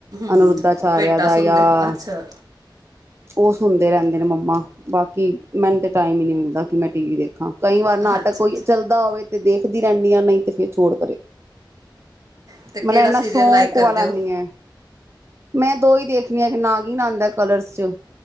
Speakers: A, on the right; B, on the right.
A: ਹੂੰ
B: ਅਨੁਰੁੱਧਾਚਾਰਿਆ
A: ਉਹ ਭੇਟਾ
B: ਦਾ
A: ਸੁਣਦੇ
B: ਜਾਂ
A: ਅੱਛਾ
B: ਉਹ ਸੁਣਦੇ ਰਹਿੰਦੇ ਨੇ ਮੰਮਾ, ਬਾਕੀ ਮੈਨੂੰ ਤੇ ਟਾਇਮ ਹੀ ਨੀਂ ਮਿਲਦਾ ਕਿ ਮੈਂ ਟੀ ਵੀ ਦੇਖਾਂ, ਕਈ ਵਾਰ ਨਾਟਕ
A: ਅੱਛਾ
B: ਕੋਈ
A: ਜੀ
B: ਚੱਲਦਾ ਹੋਵੇ ਤੇ ਦੇਖਦੀ ਰਹਿੰਦੀ ਆ ਨਈ ਤੇ ਫਿਰ ਛੋੜ ਭਰੇ,
A: ਅਤੇ ਕਿਹੜਾ
B: ਮਤਲਬ ਐਨਾਂ
A: ਸੀਰੀਅਲ
B: ਸ਼ੌਕ
A: ਲਾਈਕ ਕਰਦੇ
B: ਵਾਲਾ
A: ਹੋ
B: ਨੀ ਐ। ਮੈਂ ਦੋ ਹੀ ਦੇਖਣੀ ਆ ਇੱਕ ਨਾਗੀਨ ਆਂਦਾ ਕਲਰਸ ਚ